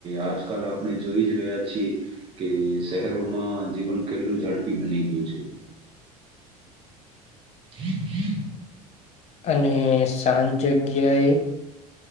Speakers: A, on the right (about 30°); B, on the left (about 35°).
A: આજ કાલ આપણે જોઈ જ રહ્યા છીએ કે શહેરોમાં- - જીવન કેટલું ઝડપી બની ગયું છે. <inaudible>
B: અને સાંજ જગ્યાએ?